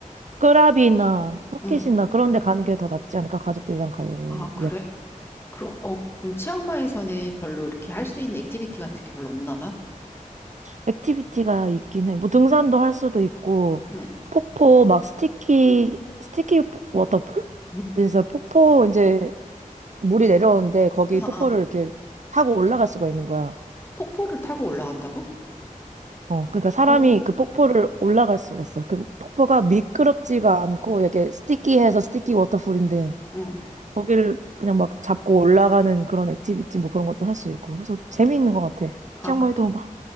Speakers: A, on the right (about 60°); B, on the left (about 15°).
A: 끄라비나 푸켓이나
B: 응.
A: 그런 데 가는 게 더 낫지 않을까? 가족들이랑 가려면?
B: 아, 그래? 그럼, 어, 그럼 치앙마이에서는 별로 이렇게 할 수 있는 액티비티 같은 게 별로 없나 봐?
A: 액티비티가 있긴 해. 뭐 등산도 할 수도 있고
B: 응.
A: 폭포 막 스티키 스티키 포- 워터풀?
B: 음?
A: 그래서 폭포 이제 물이 내려오는데 거기
B: 아,
A: 폭포를
B: 아,
A: 이렇게 타고 올라갈 수가 있는 거야.
B: 폭포를 타고 올라간다고?
A: 어, 그러니까 사람이
B: 어,
A: 그 폭포를 올라갈 수가 있어. 그 폭포가 미끄럽지가 않고 이렇게 스티키해서 스티키 워터풀인데
B: 응.
A: 거기를 그냥 막 잡고 올라가는 그런 액티비티 뭐 그런 것도 할 수 있고. 그래서 재미있는
B: 아,
A: 것 같아.
B: 아,
A: 치앙마이도
B: 그래.
A: 막